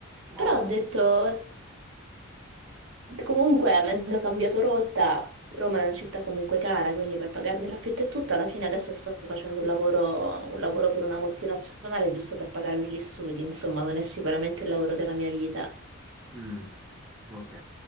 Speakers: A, in the centre; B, on the right (about 65°).
A: Wow.
B: Però ho detto, comunque, avendo cambiato rotta, Roma è una città comunque cara, quindi per pagarmi l'affitto e tutto, alla fine adesso sto facendo un lavoro, un lavoro per una multinazionale giusto per pagarmi gli studi, insomma, non è sicuramente il lavoro della mia vita.
A: Mm, ok,